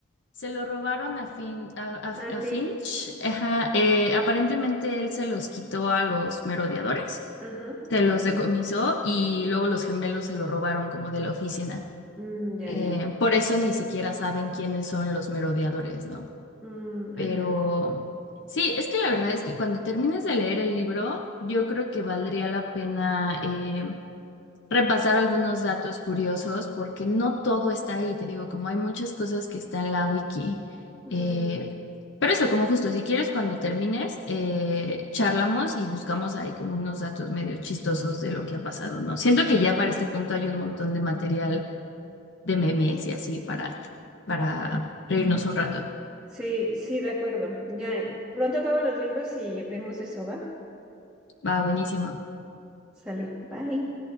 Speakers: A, on the left; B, in the centre.
A: se lo robaron a, Fin, a, a-
B: Ah,
A: a
B: fin.
A: Finch, ajá, eh, aparentemente él se los quitó a los merodeadores.
B: Ajá.
A: se los decomisó y luego los gemelos se lo robaron como de la oficina.
B: Mm, ya,
A: Eh,
B: ya.
A: por eso ni siquiera saben quiénes son los merodeadores, ¿no?
B: Mm,
A: Pero
B: ah, ya.
A: sí, es que la verdad es que cuando termines de leer el libro, yo creo que valdría la pena. eh, repasar algunos datos curiosos porque no todo está ahí, te digo, como hay muchas cosas que está en la wiki.
B: Mm.
A: Eh, pero eso, como justo, si quieres, cuando termines, eh, charlamos y buscamos ahí como unos datos medio chistosos de lo que ha pasado, ¿no? Siento que ya para este punto hay un montón de material de memes y así para, para reírnos un rato.
B: Sí, sí, de acuerdo. Ya, pronto acabo los libros y vemos eso, ¿va?
A: Va, buenísimo.
B: Sale, bye.